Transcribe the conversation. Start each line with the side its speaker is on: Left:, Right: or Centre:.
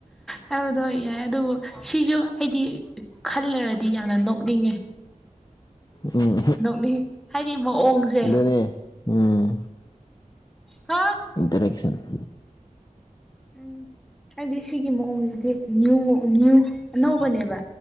Centre: ꯍꯥꯏꯕꯗꯣ ꯌꯥꯏ ꯑꯗꯨꯕꯨ ꯁꯤꯁꯨ ꯍꯩꯗꯤ ꯈꯜꯂꯩꯔꯗꯤ ꯌꯥꯝꯅ ꯅꯣꯛꯅꯤꯡꯉꯦ
Left: ꯎꯝ
Centre: ꯅꯣꯛꯅꯤꯡ ꯍꯥꯏꯗꯤ ꯃꯑꯣꯡꯁꯦ
Left: ꯑꯗꯨꯅꯦ ꯎꯝ
Centre: ꯍꯥ
Left: ꯏꯟꯇꯔꯦꯛꯁꯟ <inaudible>
Centre: ꯎꯝ ꯍꯥꯏꯗꯤ ꯁꯤꯒꯤ ꯃꯑꯣꯡꯁꯤꯗꯤ ꯅ꯭ꯌꯨ ꯅꯌ꯭ꯨ ꯑꯅꯧꯕꯅꯦꯕ